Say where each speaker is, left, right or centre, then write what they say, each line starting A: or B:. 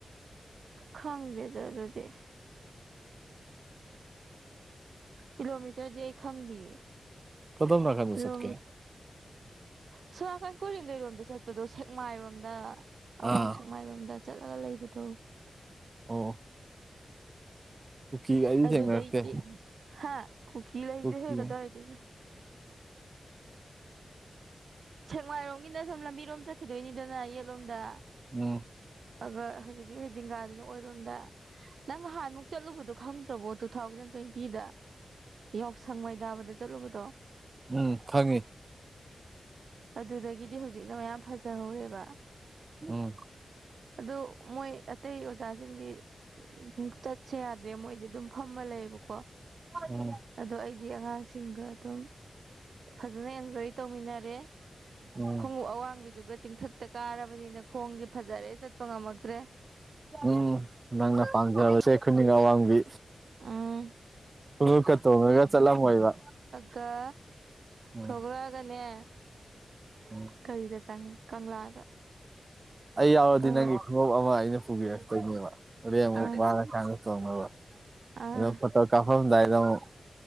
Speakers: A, on the right; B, on the right.
A: ꯈꯪꯗꯦꯗ ꯑꯗꯨꯗꯤ ꯀꯤꯂꯣꯃꯤꯇꯔꯗꯤ ꯑꯩ ꯈꯪꯗꯤꯌꯦ
B: ꯀꯗꯣꯝ ꯅꯥꯀꯟꯗ
A: ꯀꯤꯂꯣꯃꯤ
B: ꯆꯠꯀꯦ
A: ꯑꯁꯣꯝꯅꯥꯀꯟ ꯀꯣꯔꯦꯡꯒꯩꯔꯣꯝꯗ ꯆꯠꯄꯗꯣ ꯁꯦꯛꯃꯥꯏꯔꯣꯝꯗ
B: ꯑꯥ
A: ꯑꯋꯥꯡ ꯁꯦꯛꯃꯥꯏꯔꯣꯝꯗ ꯆꯠꯂꯒ ꯂꯩꯕꯗꯣ
B: ꯑꯣ ꯀꯨꯀꯤꯒ ꯑꯩꯗꯤ ꯊꯦꯡꯅꯔꯛꯇꯦ
A: ꯑꯗꯨꯗꯩꯇꯤ ꯍꯥ ꯀꯨꯀꯤ ꯂꯩꯇꯦꯍꯦ
B: ꯀꯨꯀꯤ
A: ꯀꯗꯥꯏꯗꯩꯅꯣ ꯁ‌ꯦꯛꯃꯥꯏꯔꯣꯝꯒꯤꯅ ꯁꯨꯝ ꯂꯝꯕꯤꯔꯣꯝ ꯆꯠꯈꯤꯗꯣꯏꯅꯤꯗꯅ ꯌꯦꯠꯂꯣꯝꯗ
B: ꯎꯝ
A: ꯑꯒ ꯍꯧꯖꯤꯛꯀꯤ ꯍꯩꯗꯤꯡꯒꯥꯗꯨꯅ ꯑꯣꯏ ꯔꯣꯝꯗ ꯅꯪ ꯉꯍꯥꯟꯃꯨꯛ ꯆꯠꯂꯨꯕꯗꯨ ꯈꯪꯗ꯭ꯔꯕꯣ ꯇꯨꯊꯥꯎꯖꯟ ꯇ꯭ꯋꯦꯟꯇꯤꯗ꯫ ꯌꯥꯎꯁꯪ ꯃꯩ ꯗꯥꯕꯗ ꯆꯠꯂꯨꯕꯗꯣ
B: ꯎꯝ ꯈꯪꯉꯦ
A: ꯑꯗꯨꯗꯒꯤꯗꯤ ꯍꯧꯖꯤꯛꯅ ꯃꯌꯥꯝ ꯐꯖꯍꯧꯔꯦꯕ
B: ꯎꯝ
A: ꯑꯗꯨ ꯃꯣꯏ ꯑꯇꯩ ꯑꯣꯖꯥꯁꯤꯡꯗꯤ ꯎꯝ ꯆꯠ ꯁꯦ ꯌꯥꯗꯦ ꯃꯣꯏꯗꯤ ꯑꯗꯨꯝ ꯐꯝꯃ ꯂꯩꯌꯦꯕꯀꯣ
B: ꯎꯝ
A: ꯑꯗꯣ ꯑꯩꯗꯤ ꯑꯉꯥꯡꯁꯤꯡꯒ ꯑꯗꯨꯝ ꯐꯖꯅ ꯑꯦꯟꯖꯣꯏ ꯇꯧꯃꯤꯟꯅꯔꯦ꯫
B: ꯎꯝ
A: ꯈꯣꯡꯎꯞ ꯑꯋꯥꯡꯕꯤꯗꯨꯒ ꯆꯤꯡꯊꯛꯇ ꯀꯥꯔꯕꯅꯤꯅ ꯈꯣꯡꯗꯤ ꯐꯖꯔꯦ ꯆꯠꯄ ꯉꯝꯃꯛꯇ꯭ꯔꯦ
B: ꯎꯝ ꯅꯪꯅ ꯄꯝꯖꯕꯁꯦ ꯈꯨꯅꯤꯡ ꯑꯋꯥꯡꯕꯤ꯫
A: ꯎꯝ
B: ꯈꯨꯃꯨꯛꯀ ꯇꯣꯡꯉꯒ ꯆꯠꯂꯝꯃꯣꯏꯕ
A: ꯀ
B: ꯎꯝ
A: ꯊꯣꯛꯂꯛꯑꯒꯅꯦ
B: ꯎꯝ
A: ꯀꯔꯤꯗ ꯆꯪꯉꯦ ꯀꯪꯂꯥꯗ
B: ꯑꯩ ꯌꯥꯎꯔꯗꯤ
A: ꯀꯪꯂꯥ
B: ꯅꯪꯒꯤ ꯈꯣꯡꯎꯞ ꯑꯃ ꯑꯩꯅ ꯄꯨꯕꯤꯔꯛꯇꯣꯏꯅꯦꯕ ꯍꯣꯔꯦꯟ ꯑꯃꯨꯛ
A: ꯑꯥ
B: ꯋꯥꯔ ꯀꯥꯟꯗ ꯇꯣꯡꯅꯕ꯫
A: ꯑꯥ
B: ꯑꯗꯨꯝ ꯐꯣꯇꯣ ꯀꯥꯄꯝꯗꯥꯏꯗ ꯑꯃꯨꯛ